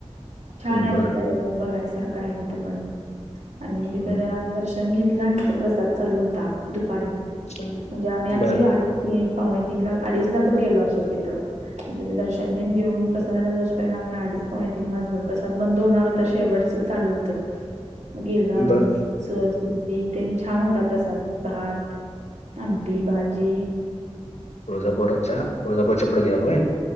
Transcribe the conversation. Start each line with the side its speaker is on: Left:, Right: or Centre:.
Right: छान आहे
Left: बर
Right: तिथल्या एरिया बघायसारखं आहे तिथं पण. आणि मी तिथे
Left: हम्म,
Right: जरा दर्शन घेतलं आणि तिथ प्रसाद चालू होता दुपारी
Left: हम्म.
Right: म्हणजे आम्ही आगदी
Left: बर
Right: आडिज पावणे तीनला अडीच ला तर गेलो असल तिथ दर्शन तेन घेऊन प्रसादाला जाऊस पर्यंत आम्हणा अडीच पावणे तीन वाजलं प्रसाद बंद होणार होता शेवटच चालू होत. गेलो आम्ही
Left: बर
Right: स सुजी तेन छान होता प्रसाद भात, आम, टी, भाजी.
Left: तुळजापोरच्या तुळजापूरच्या पुढे गेलावर होय?